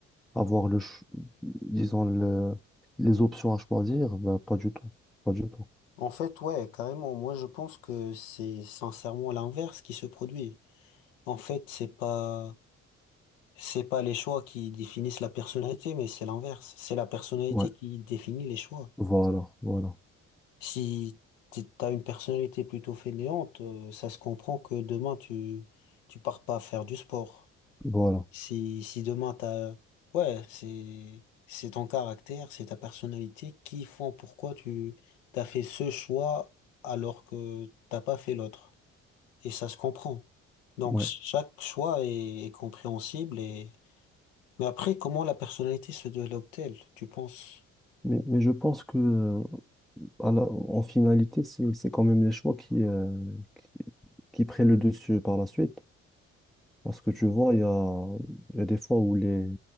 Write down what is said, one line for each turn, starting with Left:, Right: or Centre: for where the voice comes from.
Centre: avoir le, ch- disons le, les options à choisir, bah, pas du tout, pas du tout.
Left: En fait, ouais, carrément. Moi, je pense que c'est sincèrement l'inverse qui se produit. En fait, c'est pas, c'est pas les choix qui définissent la personnalité, mais c'est l'inverse. C'est la personnalité
Centre: Ouais,
Left: qui définit les choix.
Centre: voilà, voilà,
Left: Si t'es- t'as une personnalité plutôt fainéante, euh, ça se comprend que demain, tu, tu pars pas faire du sport.
Centre: voilà.
Left: Si, si demain t'as, ouais, c'est, c'est ton caractère, c'est ta personnalité qui font pourquoi tu t'as fait ce choix alors que t'as pas fait l'autre. Et ça se comprend. Donc
Centre: Ouais.
Left: chaque choix est, est compréhensible et, mais après, comment la personnalité se développe-t-elle, tu penses?
Centre: Mais, mais je pense que euh, Alors, en finalité, c'est c'est quand même les choix qui, euh, qui, qui prennent le dessus par la suite. Parce que tu vois, il y a, il y a des fois où les,